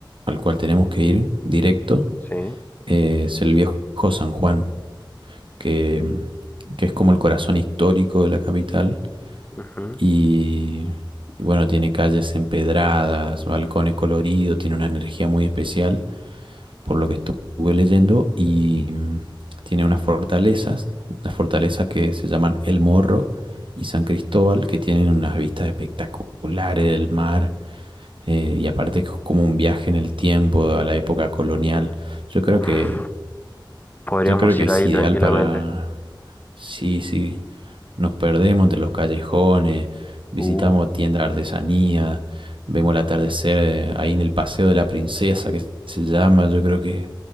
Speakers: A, on the right; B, on the left.
A: al cual tenemos que ir directo
B: Sí.
A: eh, es el viejo San Juan, que, que es como el corazón histórico de la capital.
B: ujú.
A: Y, y bueno, tiene calles empedradas, balcones coloridos, tiene una energía muy especial, por lo que estuve leyendo, y mm, tiene unas fortalezas, unas fortalezas que se llaman El Morro y San Cristóbal, que tienen unas vistas espectaculares del mar Eh, y aparte es como un viaje en el tiempo a la época colonial. Yo creo
B: Uf,
A: que,
B: podríamos
A: yo creo que
B: ir
A: es
B: ahí
A: ideal
B: tranquilamente.
A: para, sí, sí, nos perdemos de los callejones, visitamos
B: Uh.
A: tiendas de artesanía, vemos el atardecer eh, ahí en el Paseo de la Princesa, que se llama, yo creo que,